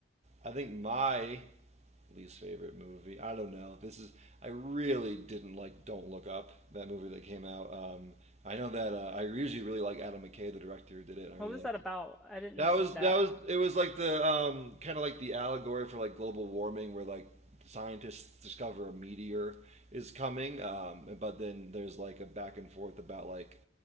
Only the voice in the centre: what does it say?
What
was
that
about? I didn't
see
that.